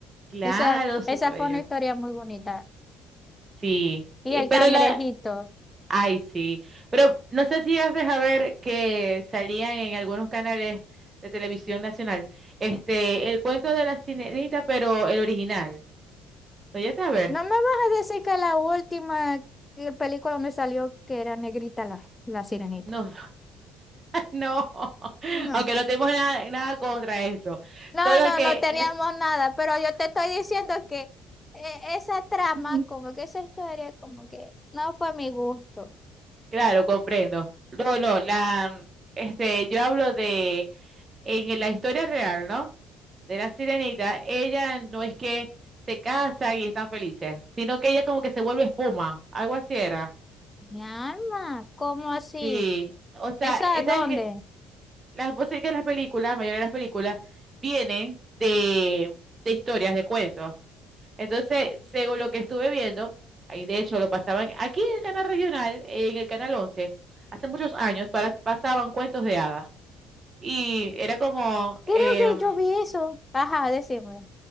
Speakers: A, on the right; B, on the left.
A: Claro,
B: Esa,
A: súper
B: esa
A: bello.
B: fue una historia muy bonita.
A: Sí,
B: Y
A: y-
B: el
A: pero
B: cangrejito.
A: la... Ay, sí. Pero no sé si has dejado ver que salían en algunos canales de televisión nacional, este, el cuento de la sirenita, pero el original. ¿Lo llegaste a ver?
B: No me vas a decir que la última que- película donde salió que era negrita la, la sirenita.
A: No. No, <laughs>
B: No.
A: aunque no tenemos nada, nada contra eso.
B: No,
A: Solo
B: no,
A: que,
B: no teníamos nada, pero yo te estoy diciendo que eh, esa trama,
A: <laughs>
B: como que esa historia, como que no fue a mi gusto.
A: claro, comprendo. No, no, la, este, yo hablo de, en la historia real, ¿no? De la sirenita, ella no es que se casan y están felices, sino que ella como que se vuelve espuma, algo así era.
B: Mi alma, ¿cómo así?
A: Sí, o sea,
B: ¿Esa
A: eh,
B: a dónde?
A: ¿sabes qué? Las, vos sabés que las películas, la mayoría de las películas, vienen de, de historias, de cuentos. Entonces, según lo que estuve viendo, ahí de hecho lo pasaban aquí en el canal regional, en el canal 11, hace muchos años para- pasaban cuentos de hadas. Y era como, em,
B: Creo que yo vi eso. Ajá, decime.